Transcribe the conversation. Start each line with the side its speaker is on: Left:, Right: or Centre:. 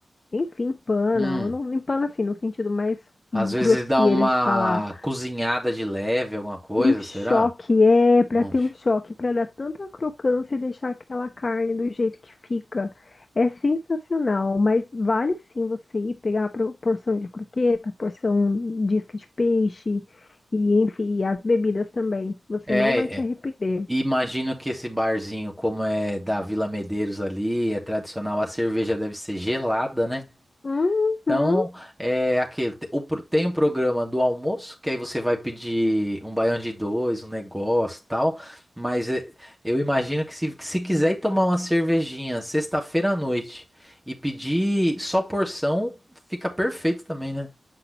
Left: enfim, empana,
Centre: Hum.
Left: ou não empana assim, no sentido mais
Centre: Às
Left: grosseiro
Centre: vezes dá uma
Left: de falar.
Centre: cozinhada de leve, alguma coisa,
Left: Um choque
Centre: será?
Left: é para
Centre: Um-
Left: ter um choque, para dar tanta crocância e deixar aquela carne do jeito que fica. É sensacional, mas vale sim você ir pegar a pro- porção de croqueta, porção de isca de peixe e enfim, e as bebidas também. Você
Centre: É,
Left: não vai se
Centre: é,
Left: arrepender.
Centre: imagino que esse barzinho, como é da Vila Medeiros ali, é tradicional, a cerveja deve ser gelada, né?
Left: Uhum.
Centre: Então, é aquele. te- o pro- Tem o programa do almoço, que aí você vai pedir um baião de dois, um negócio e tal. Mas é, eu imagino que se, se quiser ir tomar uma cervejinha sexta-feira à noite e pedir só porção, fica perfeito também, né?